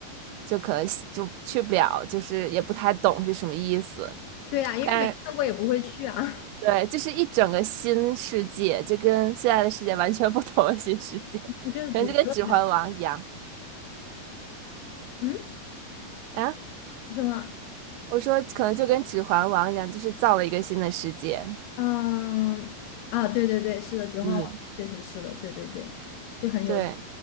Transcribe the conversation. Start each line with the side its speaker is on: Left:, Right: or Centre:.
Right: 就可能就去不了，就是也不太懂是什么意思。
Left: 对呀、因为没看过也不会去啊，
Right: 但对，就是一整个新世界，就跟现在的世界完全不同的新世界，
Left: <laughs> 就是主题乐园。
Right: 可能就跟《指环王》一样
Left: 嗯，
Right: 啊。
Left: 什么？
Right: 我说可能就跟《指环王》一样，就是造了一个新的世界。
Left: 嗯，啊，对对对，是的，《指环王》确实是的，
Right: 嗯，
Left: 对对对，就很有意
Right: 对，